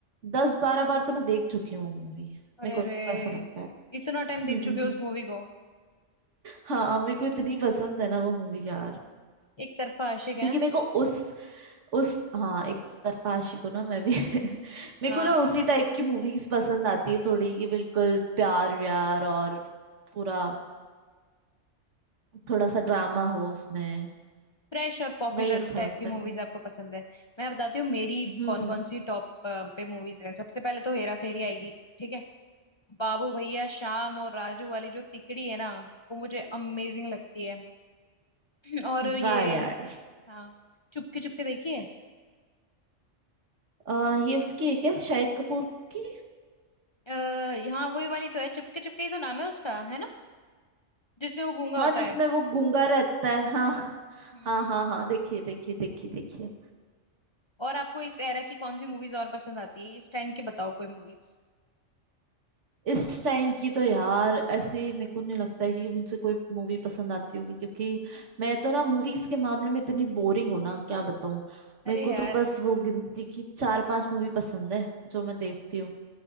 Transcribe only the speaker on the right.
दस बारह बार तो मैं देख चुकी हूँ वो मूवी
मेरे को
ऐसा लगता
है
<laughs>
हाँ मेरे को इतनी पसंद है ना वो मूवी यार
क्योंकि मेरे को उस उस हाँ एक तरफा आशिक हूँ ना मैं भी <laughs> मेरे
को ना उसी टाइप की मूवीज पसंद आती है थोड़ी कि बिल्कुल प्यार व्यार और पूरा थोड़ा सा ड्रामा हो उसमें
वही अच्छा
लगता
है मुझे
हम्म
वाह यार
आ, ये उसकी है क्या शाहिद कपूर की
हाँ
जिसमें
वो गूंगा रहता है हाँ
हाँ हाँ हाँ देखिए देखिए देखिए देखिए
इस टाइम की तो यार ऐसे मेरे को नहीं लगता है कि मुझसे कोई मूवी पसंद आती होगी क्योंकि मैं तो ना मूवीज के मामले में इतनी बोरिंग हूँ ना क्या बताऊँ
मेरे को
तो बस वो गिनती की चार पांच मूवी पसंद है जो मैं देखती हूँ